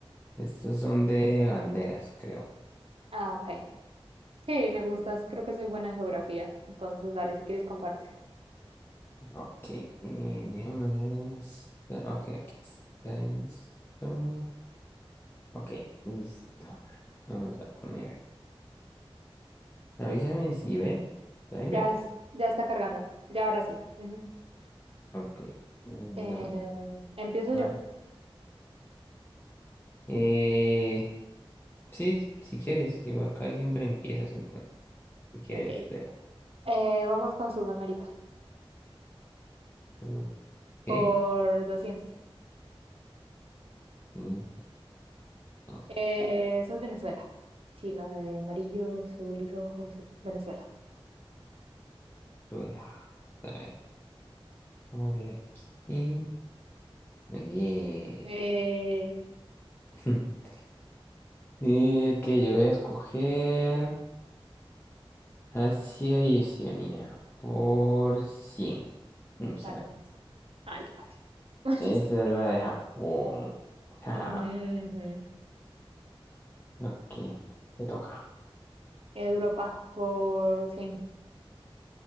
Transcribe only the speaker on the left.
estas son de banderas, creo.
Ok, eh, déjame ver dónde está. Ok, aquí está esto. Ok, listo. Vamos a poner aquí. Avísame si ves. Ahí
ves.
Ok, mm,
dame un
más.
Eh, sí, si quieres, igual acá siempre empiezas entonces. Si quieres,
vea.
Mm, Ok.
Quinta, ok.
Suela. A ver, dale aquí. Muy bien.
<laughs> Es que yo voy a escoger Asia y Oceanía por cien Vamos
a ver.
Esta es la de Japón. <laughs> Jajaja.
Ok, te toca.